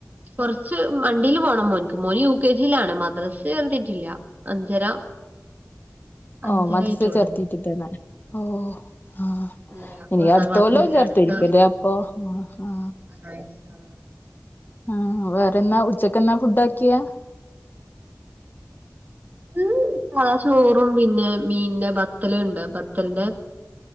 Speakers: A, on the right; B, on the left.
A: കൊറച്ച് വണ്ടിൽ പോണം മോൻക്ക്, മോൻ യു കെ ജിയിലാണ് മദ്രസെ ചേർത്തിട്ടില്ല. അഞ്ചര അഞ്ചര
B: ആ മദ്രസ്സേ
A: ആയിട്ടുള്ളൂ
B: ചേർതിയിട്ടിട്ടോനെ, ഓ ആ.
A: ഇല്ല
B: ഇനി
A: ഒന്നാം
B: അടുത്ത
A: ക്ലാസ്
B: കൊല്ലോ
A: മുതൽ
B: ചേർത്തിരിക്കുവല്ലേ
A: അടുത്ത
B: അപ്പൊ ആ
A: നൈസ് ആ
B: ആ വേറെന്നാ ഉച്ചക്ക് എന്നാ ഫുഡ് ആക്കിയെ
A: ഇംആ ചോറും പിന്നെ മീനിന്റെ ബത്തലുണ്ട് ബത്തലിന്റെ.